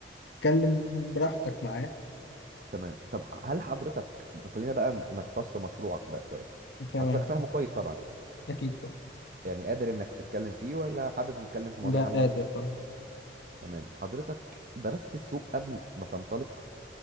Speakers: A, on the left; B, on the right.
A: تتكلم براحتك معاه
B: تمام طب هل حضرتك خلينا بقى نختص مشروعك بقى شويه
A: تمام
B: حضرتك فاهمه كويس طبعا
A: أكيد طبعا
B: يعني قادر انك تتكلم فيه ولا حابب نتكلم في مواضيع
A: لا قادر
B: عامه
A: طبعا
B: تمام حضرتك درست السوق قبل ما تنطلق